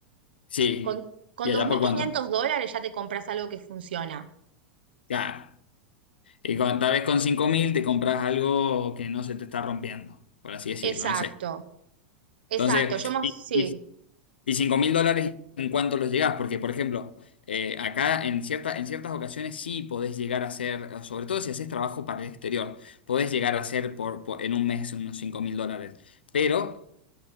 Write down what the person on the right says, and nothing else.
con, con
dos mil
quinientos dólares ya te compras algo que funciona.
exacto,
exacto,
yo más,
sí.